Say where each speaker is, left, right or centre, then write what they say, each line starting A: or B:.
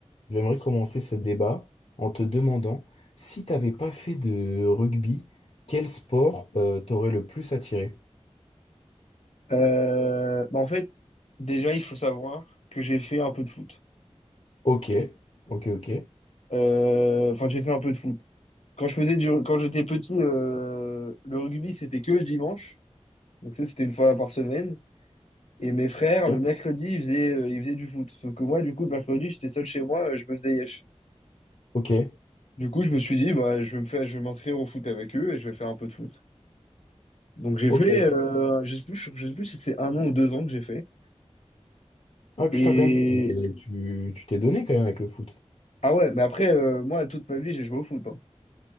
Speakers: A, on the left (about 60°); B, on the left (about 75°).
A: j'aimerais commencer ce débat en te demandant si t'avais pas fait de rugby, quel sport euh, t'aurait le plus attiré?
B: Euh, bah en fait, déjà, il faut savoir que j'ai fait un peu de foot.
A: Ok, ok, ok.
B: Euh, Enfin, j'ai fait un peu de foot. Quand je faisais du, quand j'étais petit, euh, le rugby, c'était que le dimanche. Donc, ça, c'était une fois par semaine. Et mes frères,
A: Ok,
B: le mercredi, ils faisaient, euh, ils faisaient du foot. Sauf que moi, du coup, le mercredi, j'étais seul chez moi, euh, je me faisais yesh.
A: ok.
B: Du coup, je me suis dit, bah, je vais me faire, je vais m'inscrire au foot avec eux et je vais faire un peu de foot. Donc, j'ai
A: ok.
B: fait, euh, je sais plus, je sais plus si c'est un an ou deux ans que j'ai fait.
A: Ah putain,
B: et
A: quand même, tu tu- tu t'es donné quand même avec le foot.
B: Ah ouais, mais après, euh, moi, toute ma vie, j'ai joué au foot. hein.